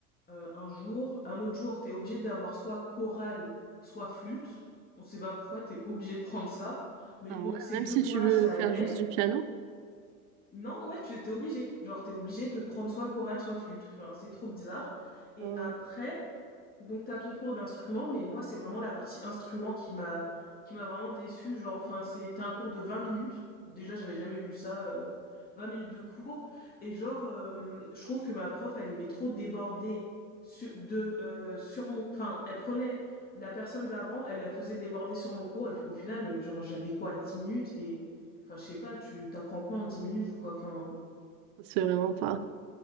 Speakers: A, on the left (about 20°); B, on the right (about 45°).
A: heu, un jour, un autre jour, t'es obligé d'avoir soit chorale, soit flûte. On sait pas pourquoi, t'es obligé de prendre ça. Mais
B: Ah
A: bon,
B: ouais,
A: ces
B: même
A: 2
B: si
A: cours-là,
B: tu veux
A: ça
B: faire
A: allait
B: juste du piano,
A: non, ouais, tu étais obligé. Genre, t'es obligé de prendre soit chorale, soit flûte. Enfin, c'est trop bizarre. Et
B: ah ouais,
A: après, donc t'as ton cours d'instrument, mais moi c'est vraiment la partie instrument qui m'a qui m'a vraiment déçue, genre enfin c'était un cours de 20 minutes. Déjà, j'avais jamais vu ça euh, 20 minutes de cours et genre euh, je trouve que ma prof elle aimait trop déborder sur, de euh, sur mon enfin elle prenait la personne d'avant, elle la faisait déborder sur mon cours et au final euh, genre j'avais quoi 10 minutes et enfin je sais pas, tu t'apprends quoi en 10 minutes quoi. Enfin
B: c'est vraiment pas.